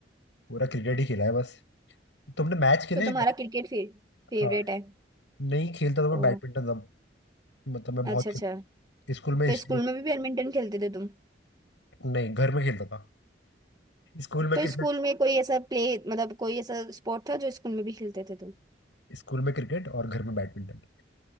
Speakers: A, on the left; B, on the right.
A: पूरा क्रिकेट ही खेला है बस तुमने मैच खेले
B: तो
A: हैं
B: तुम्हारा
A: क्या
B: क्रिकेट फिर फेवरेट
A: हाँ
B: है
A: नहीं खेलता था मैं
B: ओ
A: बैडमिंटन था मतलब मैं बहुत
B: अच्छा
A: खेला
B: अच्छा
A: हूँ। स्कूल में
B: तो
A: स्टेट
B: स्कूल में भी बैडमिंटन खेलते थे तुम
A: नहीं घर में खेलता था स्कूल में
B: तो
A: क्रिकेट
B: स्कूल में कोई ऐसा प्ले मतलब कोई ऐसा स्पोर्ट था जो स्कूल में भी खेलते थे तुम
A: स्कूल में क्रिकेट और घर में बैडमिंटन